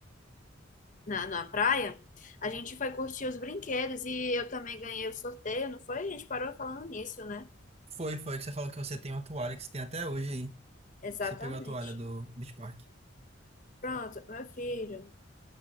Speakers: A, on the left; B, on the right.
A: na, na praia, a gente foi curtir os brinquedos e eu também ganhei o sorteio, não foi? A gente parou falando nisso, né?
B: Foi, foi que você falou que você tem uma toalha que você tem até hoje aí.
A: Exatamente.
B: Você pegou a toalha do Beach Park.
A: Pronto, meu filho,